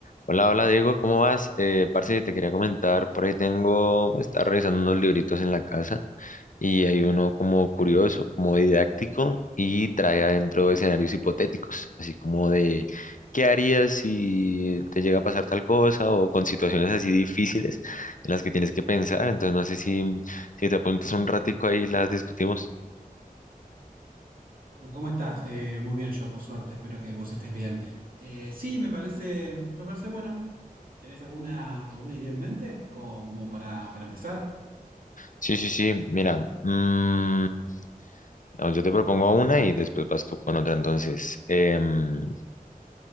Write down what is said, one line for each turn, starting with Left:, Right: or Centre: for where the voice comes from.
Left: Hola, hola Diego, ¿cómo vas? Eh, parce, te quería comentar, por ahí tengo, estaba revisando unos libritos en la casa y hay uno como curioso, como didáctico y trae adentro escenarios hipotéticos, así como de qué harías si te llega a pasar tal cosa o con situaciones así difíciles en las que tienes que pensar, entonces no sé si, si te apuntas un ratico ahí y las discutimos.
Right: ¿Cómo estás? Eh, muy bien, yo por suerte, espero que vos estés bien. Eh, sí, me parece, me parece bueno. ¿Tenés alguna, alguna idea en mente Co- como, para, para empezar?
Left: Sí, sí, sí, mira, mm, no, yo te propongo una y después vas tú con otra, entonces... em,